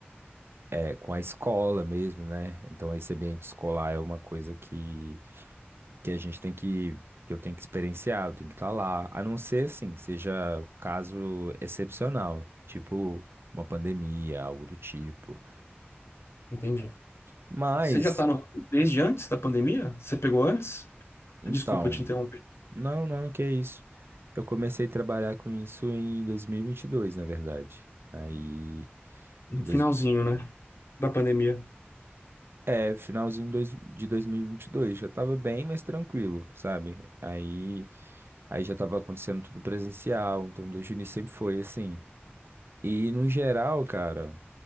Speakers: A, on the right (about 65°); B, on the left (about 75°).
A: é, com a escola mesmo, né? Então, esse ambiente escolar é uma coisa que que a gente tem que, que eu tenho que experienciar, eu tenho que estar lá. A não ser, assim, que seja um caso excepcional, tipo uma pandemia, algo do tipo.
B: Entendi.
A: Mas,
B: Você já tá no, desde antes da pandemia? Você pegou antes?
A: então,
B: Desculpa te interromper.
A: não, não, que isso. Eu comecei a trabalhar com isso em 2022, na verdade. Aí,
B: No
A: em dois,
B: finalzinho, né? Da pandemia.
A: é, finalzinho dois- de dois- de 2022, já estava bem mais tranquilo, sabe? Aí, aí já estava acontecendo tudo presencial, então desde o início sempre foi assim. E no geral, cara.